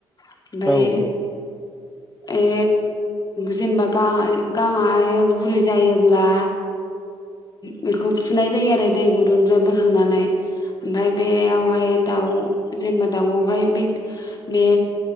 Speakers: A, on the left (about 35°); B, in the centre.
A: ओमफ्राय
B: औ औ औ।
A: ए जेनेबा गा गांआहाय गुरै जायोब्ला बेखौ फुनाय जायो आरो दै गुदुंनिफ्राय बोखांनानै। ओमफ्राय बेयावहाय दाउ जेनबा दाउआवहाय बे बे